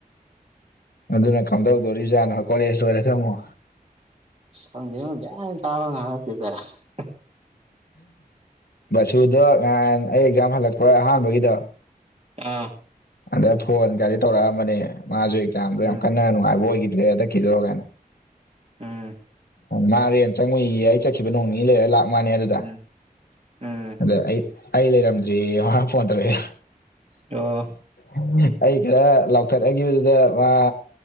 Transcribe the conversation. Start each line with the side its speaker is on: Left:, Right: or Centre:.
Left: ꯑꯗꯨꯅ ꯀꯝꯗꯧꯗꯣꯔꯤꯕꯖꯥꯠꯅꯣ ꯀꯣꯂꯦꯖ ꯂꯣꯏꯔꯒꯃꯨ
Right: ꯁꯝꯦꯉꯒ ꯏ ꯇꯕꯒ ꯑꯥꯟꯠꯇꯗꯔ <inaudible>
Left: ꯕꯁꯨꯗꯣ ꯉꯥꯟ ꯏꯩ ꯖꯥꯝ ꯍꯜꯂꯛꯄ ꯑꯍꯥꯟꯕꯒꯤꯗ
Right: ꯑꯥ
Left: ꯑꯗ ꯐꯣꯟ ꯀꯒꯥꯗꯤ ꯇꯧꯔꯛꯑꯝꯕꯅꯦ ꯃꯥꯁꯨ ꯑꯦꯛꯖꯥꯝꯗꯣ
Right: ꯎꯝ
Left: ꯌꯥꯝ ꯀꯟꯅ ꯅꯨꯡꯉꯥꯏꯕ ꯑꯣꯏꯈꯤ ꯗꯦ ꯀꯗꯣꯒꯅ
Right: ꯎꯝ
Left: ꯃꯥꯔꯦ ꯆꯪꯉꯨꯏꯌꯦ ꯑꯩ ꯆꯠꯈꯤꯕ ꯅꯣꯡ ꯅꯤ ꯂꯩꯔꯒ ꯂꯥꯛ ꯆ ꯃꯥꯟꯅꯦ ꯑꯗꯨꯗ
Right: ꯎꯝ ꯎꯝ
Left: ꯑꯗ ꯑꯩ ꯑꯩ ꯂꯩꯔꯝꯗ꯭ꯔꯤꯌꯦ ꯃꯥ ꯐꯣꯟ ꯇꯧꯔꯛꯏꯦ
Right: ꯑꯣ
Left: ꯎꯝ ꯑꯩ ꯈꯔ ꯂꯥꯎꯊꯠꯈꯤꯕꯗꯨꯗ ꯃꯥ